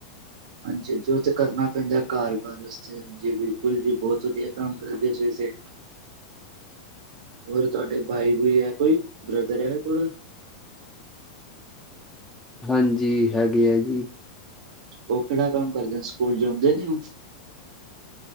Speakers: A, on the right; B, in the centre.
A: ਹਾਂਜੀ, ਜੋ ਤੇ ਕਰਨਾ ਪੈਂਦਾ ਘਰ ਵਾਰਸ 'ਚ' ਜੀ, ਬਿਲਕੁਲ ਜੀ ਬਹੁਤ ਵਧੀਆ ਕੰਮ ਕਰਦੇ ਸਵੇਰੇ - ਸਵੇਰੇ ਤਾਂ
B: <inaudible>
A: ਹੋਰ ਤੁਹਾਡੇ ਬਾਈ- ਬੂਈ ਐ ਕੋਈ ਬ੍ਰਦਰ ਹੈਗਾ ਥੋੜਾ?
B: ਹਾਂਜੀ, ਹੈਗੇ ਐ ਜੀ।
A: ਉਹ ਕਿਹੜਾ ਕੰਮ ਕਰਦੇ, ਸਕੂਲ ਜਾਂਦੇ ਨੀ ਹੁਣ?